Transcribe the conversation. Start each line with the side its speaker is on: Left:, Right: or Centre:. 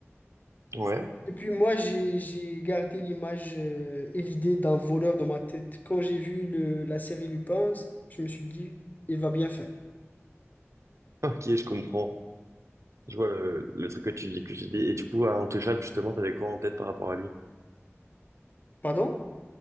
Right: Ouais.
Left: Et puis moi, j'ai, j'ai gardé l'image euh, et l'idée d'un voleur dans ma tête. Quand j'ai vu le, la série Lupin, je me suis dit, il va bien faire.
Right: Ok, je comprends. Je vois le, le truc que tu dis, que tu dis. Et du coup, à Intouchable, justement, t'avais quoi en tête par rapport à lui?
Left: Pardon?